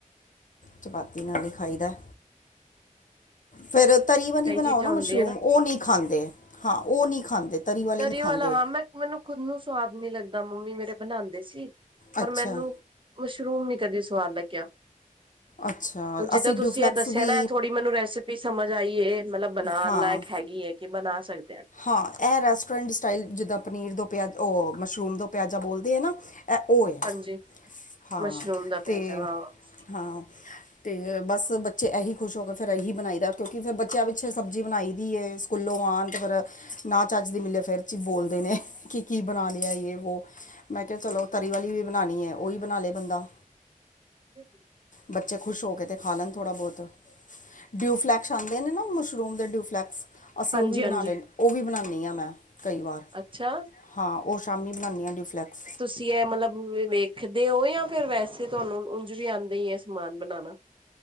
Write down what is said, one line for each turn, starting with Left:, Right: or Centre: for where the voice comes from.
Left: ਚਪਾਤੀ ਨਾਲ ਈ ਖਾਈ ਦਾ। ਫਿਰ ਤਰੀ ਵਾਲੀ
Right: ਕਈ
Left: ਬਣਾਓ
Right: ਚੀਜ਼ਾਂ
Left: ਨਾ ਮਸ਼ਰੂਮ
Right: ਹੁੰਦੀਆਂ
Left: ਉਹ ਨੀ ਖਾਂਦੇ ਹਾਂ ਉਹ ਨੀ ਖਾਂਦੇ। ਵਾਲੇ
Right: ਤਰੀ
Left: ਨਹੀਂ ਖਾਂਦੇ
Right: ਵਾਲਾ ਹਾਂ ਮੈਂ ਮੈਨੂੰ ਖੁਦ ਨੂੰ ਸਵਾਦ ਨੀ ਲੱਗਦਾ ਮੰਮੀ ਮੇਰੇ ਬਣਾਉਂਦੇ ਸੀ। ਪਰ
Left: ਅੱਛਾ
Right: ਮੈਨੂੰ ਮਸ਼ਰੂਮ ਨੀ ਕਦੇ ਸਵਾਦ ਲਗਿਆ।
Left: ਅੱਛਾ।
Right: ਹੁਣ ਜਿੱਦਾਂ
Left: ਅਸੀਂ
Right: ਤੁਸੀਂ
Left: ਡੂਫਲੈਕਸ
Right: ਇਹ ਦੱਸਿਆ
Left: ਵੀ
Right: ਨਾ ਇਹ ਥੋੜ੍ਹੀ ਮੈਨੂੰ ਰੈਸਪੀ ਸਮਝ ਆਈਏ ਮਤਲਬ ਬਣਾਣ
Left: ਹਾਂ
Right: ਲਾਇਕ ਹੈਗੀ। ਕੇ ਬਣਾ ਸਕਦੇ ਹਾਂ।
Left: ਹਾਂ ਇਹ ਰੈਸਟੋਰੈਂਟ ਸਟਾਈਲ ਜਿੱਦਾਂ ਪਨੀਰ ਦੋ ਪਿਆ ਉਹ ਮਸ਼ਰੂਮ ਤੋਂ ਪਿਆਜ਼ਾ ਬੋਲਦੇ ਐ ਨਾ। ਐ ਉਹ ਇਹ
Right: ਹਾਂਜੀ
Left: ਹਾਂ
Right: ਮਸ਼ਰੂਮ ਦਾ ਪਿਆਜ਼ਾ
Left: ਤੇ
Right: ਹਾਂ।
Left: ਹਾਂ। ਤੇ ਬਸ ਬੱਚੇ ਇਹੀ ਖੁਸ਼ ਹੋ ਫਿਰ ਇਹੀ ਬਣਾਈ ਦਾ ਕਿਉਂਕਿ ਫਿਰ ਬੱਚਿਆਂ ਪਿੱਛੇ ਸਬਜ਼ੀ ਬਣਾਈ ਦੀ ਏ। ਸਕੂੱਲੋਂ ਆਣ ਤੇ ਫਿਰ ਨਾ ਚੱਜ ਦੀ ਮਿਲਲੇ ਫਿਰੀ ਬੋਲਦੇ ਨੇ ਕਿ ਕੀ ਬਣਾ ਲਿਆ ਇ ਏ ਵੋ। ਮੈਂ ਕਿਹਾ ਚਲੋ ਤਰੀ ਵਾਲੀ ਵੀ ਬਣਾਣੀ ਐ ਉਹੀ ਬਣਾ ਲਏ ਬੰਦਾ।
Right: <inaudible>
Left: ਬੱਚੇ ਖੁਸ਼ ਹੋ ਕੇ ਤੇ ਖਾ ਲੈਣ ਥੋੜ੍ਹਾ ਬਹੁਤ ਡਿਊ ਫਲੈਕਸ ਆਂਦੇ ਨੇ ਨਾ ਮੁਸ਼। ਮਸ਼ਰੂਮ ਦੇ ਡਿਊਫਲੈਕਸ ਅਸੀਂ
Right: ਹਾਂਜੀ
Left: ਉਹ ਵੀ
Right: ਹਾਂਜੀ
Left: ਬਣਾ ਲੈ ਉਹ ਵੀ ਬਣਾਨੀ ਆ ਮੈਂ। ਕਈ ਵਾਰ
Right: ਅੱਛਾ।
Left: ਹਾਂ ਉਹ ਸ਼ਾਮੀ ਬਣਾਉਂਦੀ ਹਾਂ ਡਿਫਲੈਕਸ।
Right: ਕਿ ਐ ਮਤਲਬ ਫਿਰ ਦੇਖਦੇ ਓ ਜਾਂ ਫਿਰ ਵੈਸੇ ਤੁਹਾਨੂੰ ਉਂਝ ਵੀ ਆਉਂਦਾ ਹੀ ਹੈ ਸਾਮਾਨ ਬਣਾਉਣਾ।